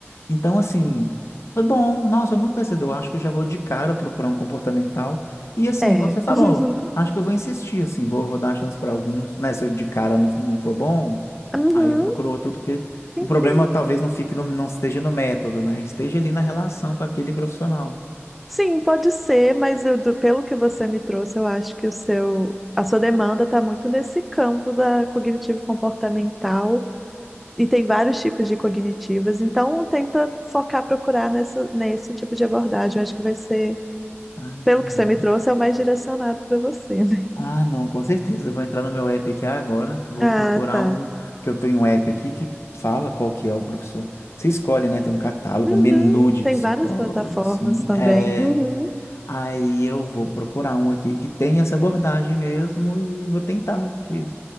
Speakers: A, on the left (about 75°); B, in the centre.
A: Então, assim, foi bom, nossa, foi muito conhecedor. Acho que eu já vou de cara procurar um comportamental. E assim,
B: É.
A: igual você falou,
B: <laughs>
A: acho que eu vou insistir, assim, vou, vou dar chance para alguns, né? Se eu de cara não, não for bom,
B: Uhum,
A: aí
B: uhum.
A: eu procuro outro, porque
B: Sim,
A: o problema
B: sim.
A: talvez não fique no, não esteja no método, né? Esteja ali na relação com aquele profissional.
B: Sim, pode ser, mas eu, do- pelo que você me trouxe, eu acho que o seu, a sua demanda está muito nesse campo da cognitivo-comportamental e tem vários tipos de cognitivas, então tenta focar, procurar nessa, nesse tipo de abordagem. Eu acho que vai ser,
A: Aham.
B: pelo que você me trouxe, é o mais direcionado para você, né? <laughs>
A: Ah, não, com certeza. Eu vou entrar no meu app aqui agora. Vou
B: Ah,
A: procurar
B: tá.
A: um. Porque eu tenho um app aqui que fala qual que é o professor. Você escolhe, né? Tem um catálogo,
B: Uhum.
A: um menu de
B: Tem
A: psicólogos,
B: várias plataformas
A: assim.
B: também.
A: É...
B: Uhum.
A: Aí eu vou procurar um aqui que tem essa abordagem mesmo e vou tentar. Porque...